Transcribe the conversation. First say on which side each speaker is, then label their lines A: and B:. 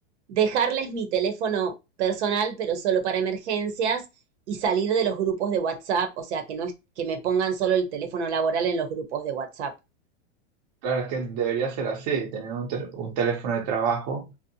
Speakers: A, on the right (about 75°); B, on the right (about 40°).
A: dejarles mi teléfono personal, pero solo para emergencias, y salir de los grupos de WhatsApp, o sea, que no es que me pongan solo el teléfono laboral en los grupos de WhatsApp.
B: claro, es que debería ser así, tener un, tel- un teléfono de trabajo